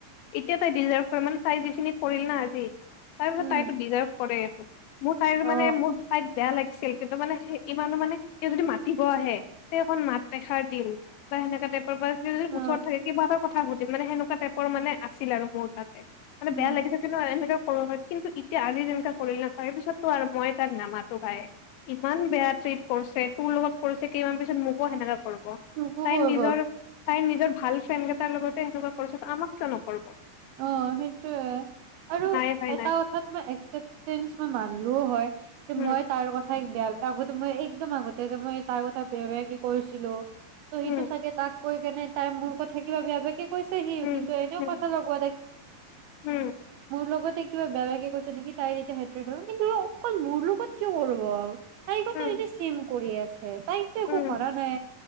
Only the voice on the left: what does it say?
এতিয়া তাই ডিজাৰভ তাই যিখিনি কৰিল না আজি তাৰপিছত
তাইতো ডিজাৰ্ভ কৰে ত মোৰ তাইৰ
মানে মোৰ তাইক বেয়া লাগিছিল কিন্তু মানে। সেই ইমানো মানে এতিয়া যদি মাতিব আহে তে অকখন মাত এখাৰ দিম বা সেনেকা তাইপৰ ওচৰত
থাকে কি ব মানে সেনেকুৱা টাইপৰ মানে আছিল আৰু মোৰ তাতে মানে
বেয়া লাগিছে কিন্তু এনেকে সৰু হয় কিন্তু ইতিয়া আজি যেনকা কৰিল না তাৰ পিছতটো আৰু মই তাইক নামাতো ভাই ইমান বেয়া টিৰত কৰিছে তোৰ লগত কৰিছে কেইমান পিছত মোকো সেনেককাা তাইৰ
নিজৰ তাইৰ নিজৰ ভাল ফ্ৰে তাৰ লগতে এনেুৱা কৰিছে আমাক কিয় নকব
নাই নাই
নাই
উম
উম
উম
উম
উম
উম
উম